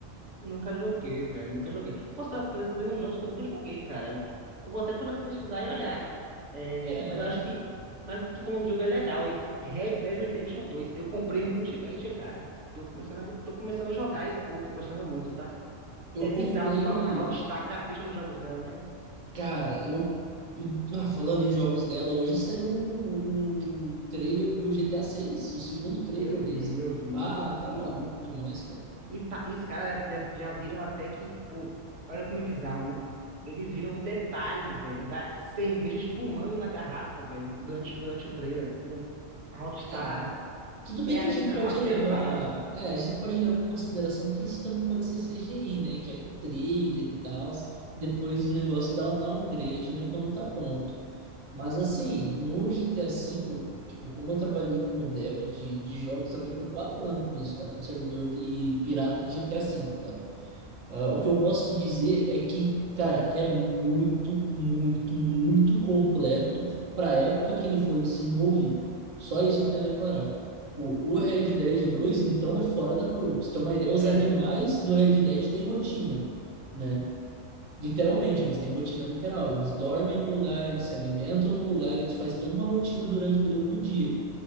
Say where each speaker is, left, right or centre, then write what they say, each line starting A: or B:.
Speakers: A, on the right (about 65°); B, on the right (about 85°).
A: Nunca joguei, velho. Nunca joguei. Posso estar fazendo, fazendo uns jogos que eu nunca joguei, cara. Eu vou até pre- pesquisar e olhar. É,
B: É,
A: mas eu acho que. Mas tu falou um jogo é legal. e- Red Dead Redemption dois Eu comprei recentemente, cara. Tô começando a, tô começando a jogar e, pô, tô gostando muito, tá?
B: eu
A: É bizarro
B: comprei.
A: como a, a Rockstar capricha nos jogos dela, né?
B: Cara, eu. e- Ah, falando em jogos dela, hoje saiu o o o trailer do G GTA seis o segundo trailer
A: Eu vi,
B: deles.
A: eu vi.
B: Ah, tá
A: E
B: maluco demais, cara.
A: E tá, e os caras já, já, já viram até que, pô, olha como é bizarro, né? Eles viram um detalhe, velho, da cerveja espumando na garrafa, velho, durante, durante o trailer. Pô, a Rockstar
B: Ah, Tudo
A: é
B: bem
A: atenta
B: que a gente pode
A: aos
B: levar,
A: detalhes, né?
B: é, a gente pode levar em consideração que isso também pode ser CGI, né? Que é pro trailer e tal. Depois o negócio dá um downgrade, né? Quando tá pronto. Mas assim, no GTA V, tipo, como eu trabalhei como dev de, de jogos, trabalhei por quatro anos com isso, cara, com servidor de pirata de GTA V, cara. Ah, o que eu posso te dizer é que, cara, é muito, muito, muito completo para a época que ele foi desenvolvido. Só isso eu tenho a declarar. Tipo, o Red Dead 2, então, é fora da curva. Pra você ter uma ideia, os
A: É,
B: animais do Red Dead têm rotina, né? Literalmente, eles têm rotina literal. Eles dormem no lugar, eles se alimentam no lugar, eles fazem toda uma rotina durante o período do dia,